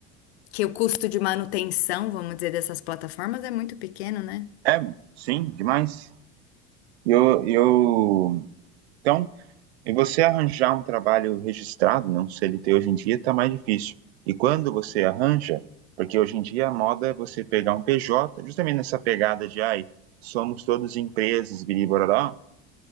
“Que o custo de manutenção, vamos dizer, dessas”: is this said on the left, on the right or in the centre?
Left